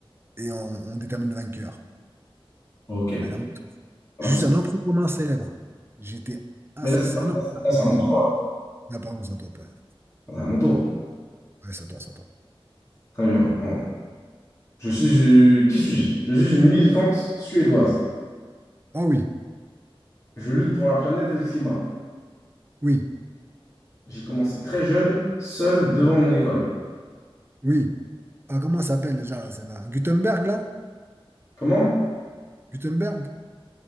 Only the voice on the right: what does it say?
et on, on détermine le vainqueur.
Allez, À la-
Juste
un emprunt commun célèbre. J'étais assassiné.
Ah non,
ça
peut
poser.
Ah, pardon, c'est à toi. pardon.
Ouais, c'est à toi, c'est à toi.
Ah oui,
oui,
oui. Ah, comment ça s'appelle déjà là, celle-là? Gutenberg, là?
Gutenberg?